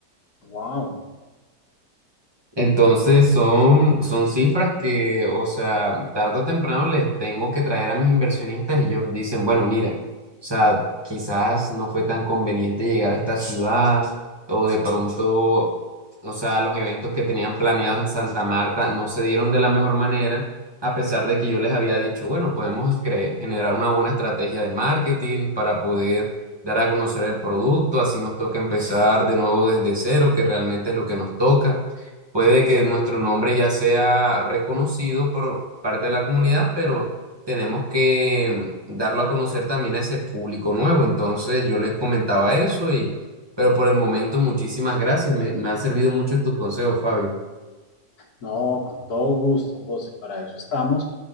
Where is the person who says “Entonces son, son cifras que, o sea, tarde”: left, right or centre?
Right